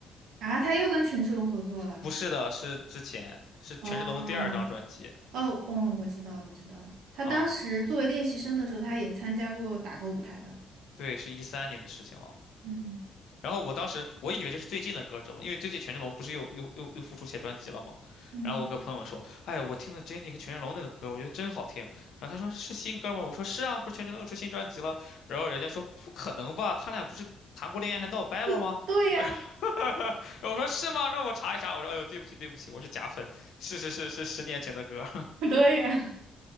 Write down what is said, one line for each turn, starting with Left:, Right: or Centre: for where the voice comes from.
Right: 啊。他又跟权志龙合作了。
Left: 不是的，是之前，是权志龙的第二张专辑
Right: 哦哦哦，我知道了，我知道了。他当时作为练习生的时候，
Left: 啊，
Right: 他也参加过打歌舞台的。
Left: 对，是一三年的事情了。
Right: 嗯
Left: 然后我当时我以为这是最近的歌，知道吗？因为最近权志龙不是又又又又复出写专辑了嘛。
Right: 嗯，
Left: 然后我跟朋友们说，哎，我听了 Jennie 跟权志龙那个歌，我觉得真好听。然后他说是新歌吗？我说是啊，不是权志龙又出新专辑了。然后人家说不可能吧，他俩不是谈过恋爱还闹掰了吗？
Right: <laughs> 对呀，
Left: <laughs> 我说是吗？让我查一查。我说哎呦，对不起对不起，我是假粉，是是是是十年前的歌，
Right: <laughs> 对呀，